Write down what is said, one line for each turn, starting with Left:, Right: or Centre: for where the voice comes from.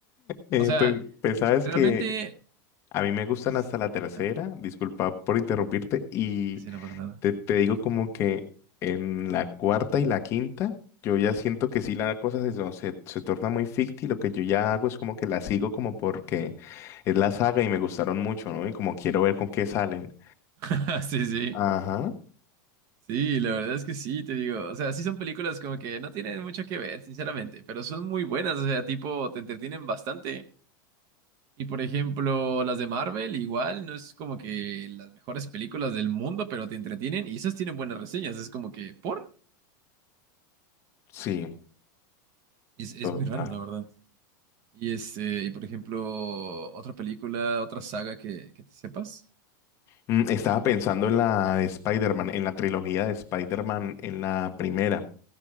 Left: Eh,
Right: O sea,
Left: pues, pues sabes
Right: realmente...
Left: que a mí me gustan
Right: is-
Left: hasta la tercera,
Right: ah,
Left: disculpa por interrumpirte, y
Right: Sí, sí, no pasa nada.
Left: Te, te digo como que en la cuarta y la quinta, yo ya siento que sí la cosa se, no, se, se torna muy ficti. Lo que yo ya hago es como que la sigo como porque es la saga y me gustaron mucho, ¿no? Y como quiero ver con qué salen.
Right: <laughs> Sí, sí.
Left: Ajá,
Right: Sí, la verdad es que sí, te digo. O sea, sí son películas como que no tienen mucho que ver, sinceramente, pero son muy buenas. O sea, tipo, te entretienen bastante. Y por ejemplo, las de Marvel, igual, no es como que las mejores películas del mundo, pero te entretienen y esas tienen buenas reseñas. Es como que, ¿por?
Left: sí,
Right: Es, es
Left: total.
Right: muy raro, la verdad. Y este, y por ejemplo, otra película, otra saga que, que te sepas.
Left: Mm, Estaba pensando en la de Spider-Man, en la trilogía de Spider-Man, en la primera.